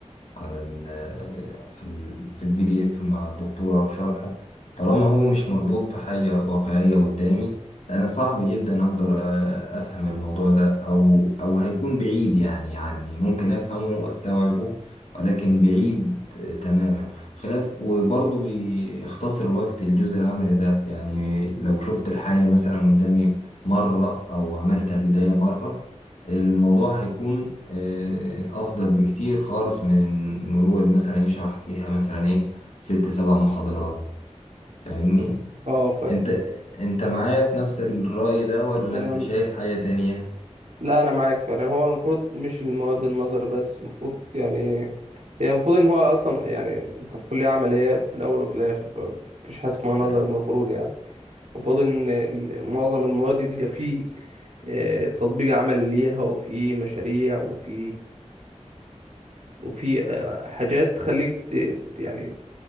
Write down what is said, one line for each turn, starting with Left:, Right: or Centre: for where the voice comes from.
Left: على ال في ال في البي دي إف مع الدكتورة وشرحه طالما هو مش مربوط بحاجة واقعية قدامي أنا صعب جدا أقدر أ- أفهم الموضوع ده أو أو هيكون بعيد يعني عني ممكن أفهمه وأستوعبه ولكن بعيد تماما خلاف وبرضه بيختصر الوقت الجزء العملي ده يعني لو شفت الحاجة مثلا قدامي مرة أو عملتها بداية مرة الموضوع هيكون آه، أفضل بكتير خالص من إنه يقعد مثلا يشرح فيها مثلا إيه ست سبع محاضرات فاهمني؟
Right: أه فاهم
Left: أنت أنت معايا في نفس الرأي ده ولا
Right: أنا
Left: أنت شايف حاجة تانية؟
Right: لا أنا معاك فعلا هو المفروض مش المواد النظر بس المفروض يعني هي المفروض إن هو أصلا يعني أنت في كلية عملية في الأول وفي الآخر فمفيش حاجة اسمها نظر
Left: مم.
Right: المفروض يعني وفاضل ان ال- معظم المواد يبقى فيه آه، تطبيق عملي ليها وفي مشاريع وفي وفي آه، حاجات تخليك ت- ت- يعني